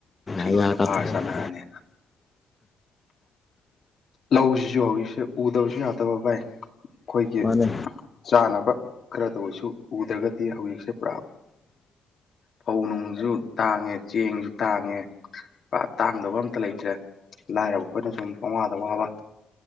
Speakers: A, on the left (about 55°); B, on the left (about 20°).
A: ꯅꯨꯡꯁꯤꯠ
B: ꯑꯌꯥ
A: ꯂꯣꯏꯅ
B: ꯀꯥꯊꯣꯛꯑ
A: ꯐꯥꯔ ꯆꯥꯟꯅꯔꯅꯤ ꯂꯧꯁꯤꯁꯨ ꯍꯧꯖꯤꯛꯁꯦ ꯎꯗꯕꯁꯨ ꯌꯥꯗꯕ ꯚꯥꯏ ꯑꯩꯈꯣꯏꯒꯤ
B: ꯃꯥꯅꯦ
A: ꯆꯥꯅꯕ ꯈꯔꯗ ꯑꯣꯏꯁꯨ ꯎꯗ꯭ꯔꯒꯗꯤ ꯍꯧꯖꯤꯛꯁꯦ ꯄꯨꯔꯥ ꯐꯧ ꯅꯨꯡꯁꯨ ꯇꯥꯡꯉꯦ ꯆꯦꯡꯁꯨ ꯇꯥꯡꯉꯦ ꯇꯥꯡꯗꯕ ꯑꯝꯇ ꯂꯩꯇ꯭ꯔꯦ ꯂꯥꯏꯔꯕ ꯑꯩꯈꯣꯏꯅ ꯁꯨꯝ ꯄꯪꯋꯥꯗ ꯋꯥꯕ